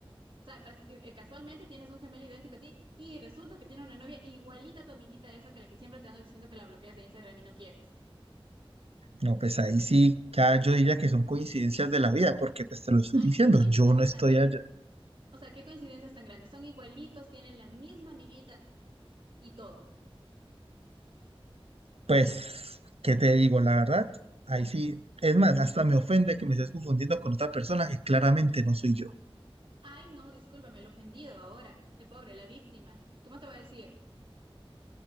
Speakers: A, on the right; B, on the right.
A: O sea, parece- eh, eh, casualmente tienes un gemelo idéntico a ti y resulta que tiene una novia igualita a tu amiguita esa que la que siempre te ando diciendo que la bloqueas de Instagram y no quieres.
B: No, pues ahí sí, ya yo diría que son coincidencias de la vida, porque pues te lo estoy
A: Ay,
B: diciendo,
A: qué coincidencias
B: yo no estoy
A: tan grandes.
B: allá.
A: O sea, qué coincidencias tan grandes. Son igualitos, tienen la misma amiguita y todo.
B: Pues, ¿qué te digo? La verdad, ahí sí. Es más, hasta me ofende que me estés confundiendo con otra persona que claramente no soy yo.
A: Ay, no, discúlpame, el ofendido ahora, el pobre, la víctima. ¿Cómo te va a decir?